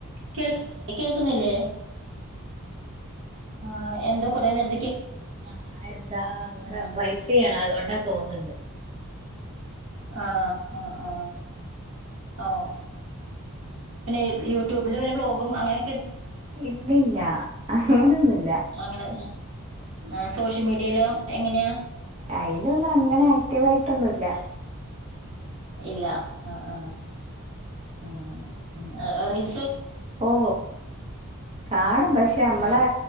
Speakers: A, on the right; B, on the right.
A: കേൾക്കുന്നില്ലേ കേൾക്കുന്നില്ലേ ആ എന്തോ കൊറെ നേര
B: ആ എന്താ ഇവിടെ
A: ഉം
B: വൈഫൈയാണ അതൊണ്ടാ തോന്നുന്നുണ്ട്
A: ആണ ആ ആ ഓ പിന്നെ യൂട്യൂബിൽ വല്ല ബ്ലോഗും അങ്ങനെ
B: ഇല്ലല്ല അങ്ങനൊന്നുല്ല
A: അങ്ങനെ ആ സോഷ്യൽ മീഡിയയിലോ എങ്ങനെയാ
B: അയിലൊന്നും അങ്ങനെ ആക്റ്റീവ് ആയിട്ടൊന്നുംല്ല
A: ഇല്ല ആ ആ ഉം അം ആറിയി
B: ഓ കാണും
A: ആ
B: പക്ഷെ നമ്മളെ
A: ആ